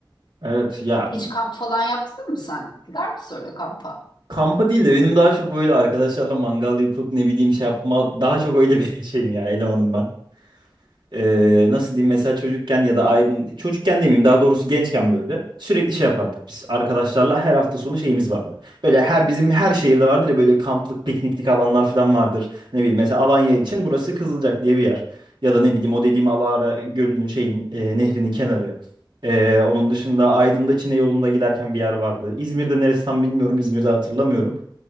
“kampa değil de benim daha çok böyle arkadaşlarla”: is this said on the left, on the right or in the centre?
Right